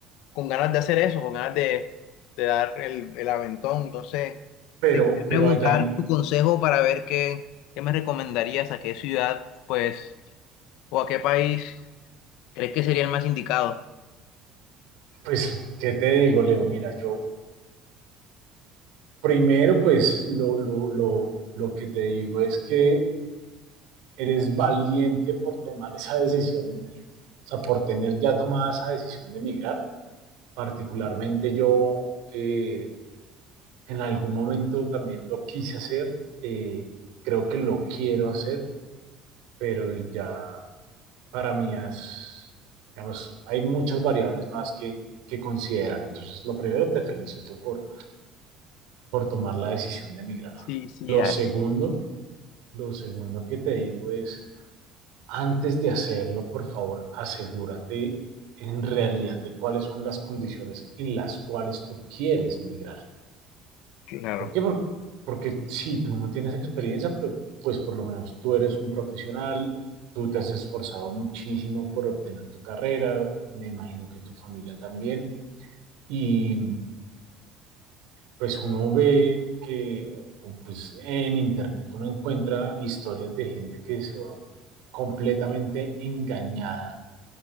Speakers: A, on the left; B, on the right.
A: con ganas de hacer eso, con ganas de, de dar el, el aventón. Entonces,
B: Pero,
A: te quería
B: pero
A: preguntar
B: allá en,
A: tu consejo para ver qué, qué me recomendarías, a qué ciudad, pues, o a qué país crees que sería el más indicado.
B: pues, ¿qué te digo, Leo? Mira, yo, Primero, pues lo, lo, lo, lo que te digo es que eres valiente por tomar esa decisión, o sea, por tener ya tomada esa decisión de emigrar. Particularmente yo eh, en algún momento también lo quise hacer, eh, creo que lo quiero hacer, pero ya para mí es, digamos, hay muchas variables más que, que considerar. Entonces, lo primero, te felicito por, por tomar la decisión de emigrar.
A: Sí, sí,
B: Lo
A: a-
B: segundo, Lo segundo que te digo es, antes de hacerlo, por favor, asegúrate en realidad de cuáles son las condiciones en las cuales tú quieres migrar.
A: claro.
B: ¿Por qué? Porque, porque si sí, tú no tienes experiencia, pues pues por lo menos tú eres un profesional, tú te has esforzado muchísimo por obtener tu carrera, me imagino que tu familia también, y pues uno ve que pues, en internet uno encuentra historias de gente que se va completamente engañada,